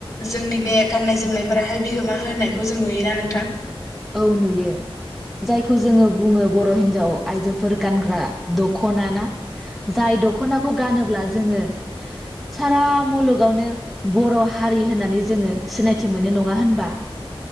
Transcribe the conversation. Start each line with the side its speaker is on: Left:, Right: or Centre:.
Left: जोंनि बे गाननाय जोमनायफोराहाय बिहोमा होनायखौ जों नुयोना नोंथां
Centre: औ नुयो जायखौ जोङो बुङो बर' हिनजाव आइजोफोर गानग्रा दखना ना जाय दख'नाखौ गानोब्ला जोङो। सारा मुलुगावनो बर' हारि होननानै जोङो सिनायथि मोनो नङा होनबा?